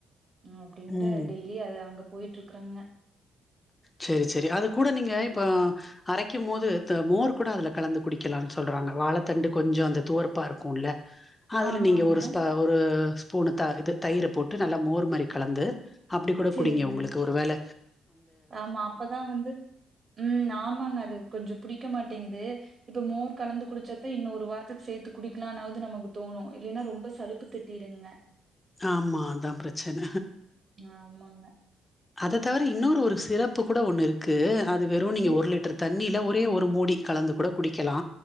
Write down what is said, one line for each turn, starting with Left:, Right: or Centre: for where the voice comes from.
Right: அப்டின்டு
Left: ம்
Right: டெய்லி அ அங்க போய்ட் இருக்றாங்க
Left: சேரி சேரி அது கூட நீங்க இப்ப அரைக்கும் போது மோர் கூட அதுல கலந்து குடிக்கலா சொல்றாங்க வாழ தண்டு கொஞ்சொ அந்த துவர்ப்பா இருக்குல அதுல
Right: ஆமாங்க
Left: நீங்க ஒரு ஸ்பா ஒரு ஸ்பூனுதா இது தயிர போட்டு நல்லா மோர் மாதரி கலந்து அப்டி கூட
Right: சரிங்க
Left: குடிங்க உங்ளுக்கு ஒரு வேல
Right: ஆமா அப்பதா வந்து உம் ஆமாங்க அது கொஞ்சொ புடிக் க மாட்டிங்குது இப்ப மோர் கலந்து குடிச்சத இன்னு ஒரு வாரத்துக் சேத்து குடிக்கலனாவது நமகு தோணு இல்லனா ரொம்ப சலுப்பு திட்டிருங்க
Left: ஆமா அதா ப்ரச்சன
Right: ஆமாங்க
Left: அத தவிர இன்னொரு ஒரு சிறப்பு கூட ஒண்ணு இருக்கு அது வெறு நீங்க
Right: சரி
Left: ஒரு லிட்டர் தண்ணில ஒர் ஒரே ஒரு மூடி கலந்து கூட குடிக்கலா